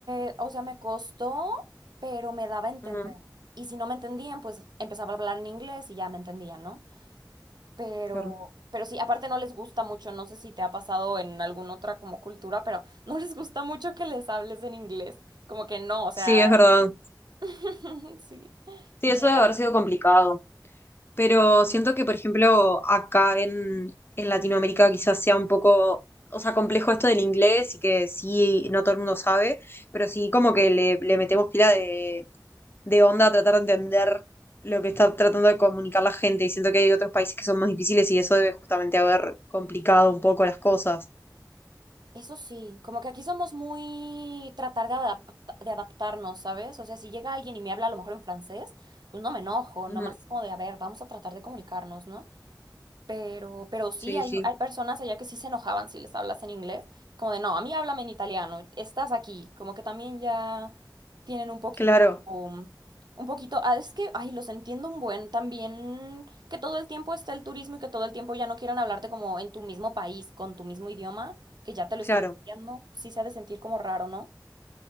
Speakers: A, on the right; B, on the left.
A: eh, o sea, me costó, pero me daba a entender.
B: Ujú.
A: Y si no me entendían, pues empezaba a hablar en inglés y ya me entendían, ¿no? Pero,
B: Claro.
A: pero sí, aparte no les gusta mucho, no sé si te ha pasado en alguna otra como cultura, pero <laughs> no les gusta mucho que les hables en inglés. Como que no, o sea,
B: Sí, es verdad.
A: <laughs> sí.
B: Sí,
A: Llegan
B: eso debe haber sido complicado. Pero siento que, por ejemplo, acá en, en Latinoamérica quizás sea un poco, o sea, complejo esto del inglés y que sí, no todo el mundo sabe, pero sí como que le, le metemos pila de, de onda a tratar de entender lo que está tratando de comunicar la gente. Y siento que hay otros países que son más difíciles y eso debe justamente haber complicado un poco las cosas.
A: Eso sí, como que aquí somos muy tratar de adapta- de adaptarnos, ¿sabes? O sea, si llega alguien y me habla a lo mejor en francés, pues no me enojo,
B: Ujú.
A: nomás es como de, a ver, vamos a tratar de comunicarnos, ¿no? Pero, pero sí,
B: Sí,
A: hay,
B: sí.
A: hay personas allá que sí se enojaban si les hablas en inglés, como de, no, a mí háblame en italiano, estás aquí, como que también ya tienen un poquito,
B: Claro,
A: um, un poquito, ah, es que, ay, los entiendo un buen, también que todo el tiempo esté el turismo y que todo el tiempo ya no quieran hablarte como en tu mismo país, con tu mismo idioma, que ya te lo
B: claro.
A: estén copiando, sí se ha de sentir como raro, ¿no?